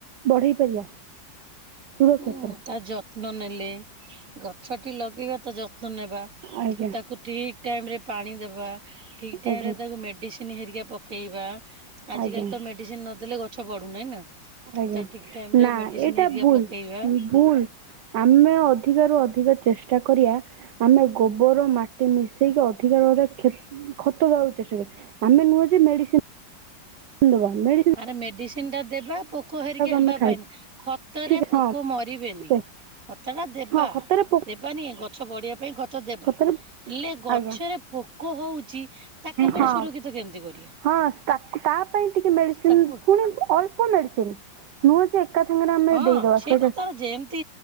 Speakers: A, on the right; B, on the right.
A: ବଢେଇ ପାରିବା ସୁରକ୍ଷେତରେ
B: ଉଁ ତା ଯତ୍ନ ନେଲେ ଗଛଟି ଲଗେଇବା ତା ଯତ୍ନ ନେବା
A: ଆଜ୍ଞା
B: ତ ତାକୁ ଠିକ ଟାଇମରେ ପାଣି ଦେବା ଠିକ୍ ଟାଇମରେ
A: ଆଜ୍ଞା
B: ତାକୁ ମେଡ଼ିସିନ୍ ହେରିକା ପ କେଇବା ଆଜିକାଲି
A: ଆଜ୍ଞା
B: ତ ମେଡ଼ିସିନ ନଦେଲେ ଗଛ ବଢ଼ୁନାହିଁ ନା।
A: ଆଜ୍ଞା
B: ତାକୁ ଠିକ୍ ଟାଇମରେ
A: ନା
B: ମେଡ଼ିସିନ
A: ଏଇଟା
B: ହେରିକା
A: ଭୁଲ
B: ପକେଇବା
A: ଭୁଲ। ଆମେ ଅଧିକ ରୁ ଅଧିକ ଚେଷ୍ଟା କରିଆ ଆମେ ଗୋବର ମାଟି ମିଶେଇକି ଅଧିକା ଭାବରେ କ୍ଷେ ଖତ ଦବାକୁ ଚେଷ୍ଟା କରିବା ଆମେ ନୁହଁ ଯେ ମେଡିସିନ ଦବା ମେଡିସି
B: ଆରେ ମେଡିସିନ ଟା ଦେବା ପୋକ ହେରିକି ହେବା
A: ଆମେ ଖାଇବା
B: ପାଇଁ ନୁହେଁ ଖତରେ
A: ଠିକ
B: ପୋକ
A: ହଁ
B: ମରିବେନି।
A: ସେ
B: ଖତ ଟା ଦେବା
A: ହଁ ଖତରେ
B: ଦେବାନି କାହିଁକି ଗଛ ବଢିବା ପାଇଁ ଖ ତ ଦେବା
A: ଖତରେ
B: ହେଲେ ଗଛରେ
A: ଆଜ୍ଞା
B: ପୋକ ହଉଚି ତାକୁ ପୁଣି
A: ହଁ
B: ସୁରକ୍ଷିତ କେମିତି କରିବା
A: ହଁ ତାକୁ ତା ପାଇଁ ଟିକେ ମେଡିସିନ
B: ତାକୁ
A: ଫୁଣି ଅଳ୍ପ ମେଡିସିନ ନୁହଁ ଯେ ଏକା ସାଙ୍ଗରେ ଆମେ
B: ହଁ
A: ଦେଇଦବା
B: ଅଛି
A: ସେଇଟା
B: ହେଟା ତାର ଯେମତି